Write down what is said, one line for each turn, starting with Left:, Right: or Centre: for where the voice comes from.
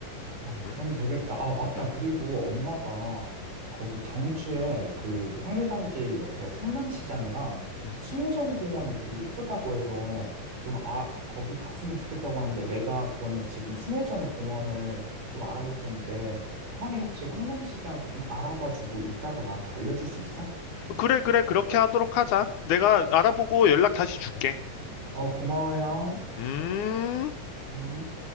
Right: 어,
Left: 응?
Right: 그럼 되겠다. 아, 맞다.
Left: 응,
Right: 그리고 엄마가 거기 경주에 그 황리단길 옆에 황남시장이랑
Left: 응,
Right: 숭례전 공원이 되게 이쁘다고 해서
Left: 응.
Right: 좀 아, 거기 갔으면 좋겠다고 하는데 내가 그러면 지금 숭례전 공원을 좀 알아볼 텐데 형이 혹시 황남시장 조금 알아봐 주고 이따가 나한테 알려줄 수 있어?
Left: 그래 그래 그렇게 하도록 하자. 내가 알아보고
Right: 어,
Left: 연락 다시 줄게.
Right: 어, 고마워, 형.
Left: 음.
Right: 음.